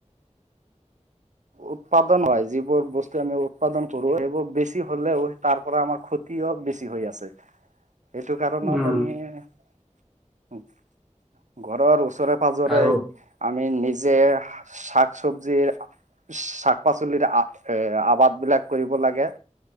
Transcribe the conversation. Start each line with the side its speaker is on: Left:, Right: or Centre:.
Right: উৎপাদন হয় যিবোৰ বস্তু আমি উৎপাদন কৰো সেইবোৰ বেছি হ'লেও তাৰ পৰা আমাৰ ক্ষতি কি অ' বেছি হৈ আছে।
Centre: <inaudible>
Right: সেইটো কাৰণত,
Centre: উম।
Right: আমি ঘৰৰ ওচৰত ওচৰে পাঁজৰে
Centre: আৰু
Right: আমি নিজে শাক চব্জিৰ ও শাক পাচলিৰ এ আবাদ বিলাক কৰিব লাগে।